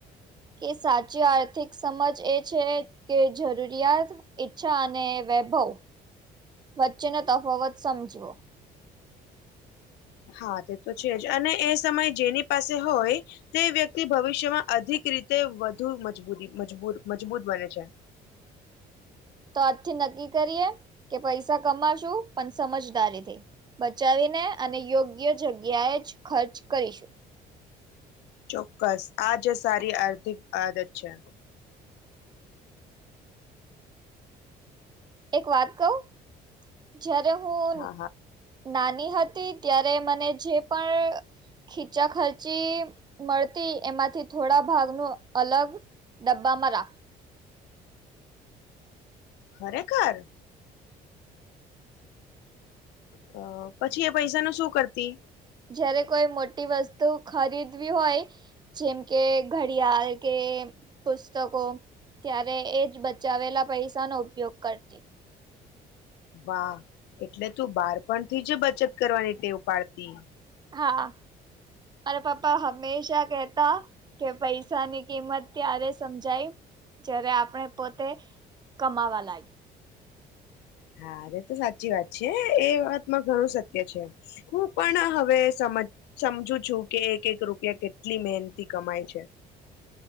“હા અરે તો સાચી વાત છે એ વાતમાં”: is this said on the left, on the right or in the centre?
Left